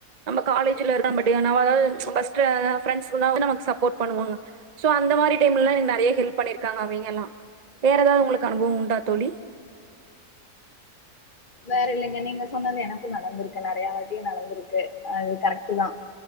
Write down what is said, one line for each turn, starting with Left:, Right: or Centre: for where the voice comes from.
Right: நம்ம காலேஜ்ல இருக்க பட் அதாவுது பஸ்ட் ஃப்ரெண்ட்யெல்லா நமக்கு சப்போர்ட் பண்ணுவாங்க சோ அந்த மாதிரி டைம்ல எனக்கு நெறைய ஹெல்ப் பண்ணிருாங்க அவுங்க எல்லா வேற ஏதாவது உங்களுக்கு அனுபவம் உண்டா தோழி
Left: வேற இல்லைங்க நீங்க சொன்னது எனக்கும் நடந்திருக்கு நறைய வாட்டி நடந்திருக்கு அது கரெக்ட் தான்